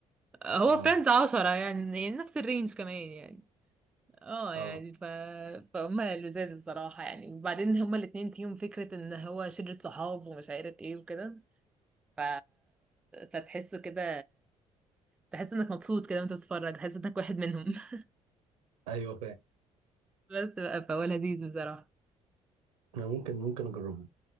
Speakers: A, in the centre; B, on the right.
A: هو
B: اه
A: فريندز عشرة يعني يعني نفس الرينج كمان يعني اه
B: اه
A: يعني ف... فهما لذاذ الصراحة يعني وبعدين هما الاتنين فيهم فكرة ان هو شلة صحاب ومش عارف ايه وكده ف... فتحسه كده تحس انك مبسوط كده وانت بتتفرج تحس انك واحد منهم <laughs>
B: ايوه فاهم
A: بس بقى فهو لذيذ بصراحة
B: انا ممكن ممكن اجربه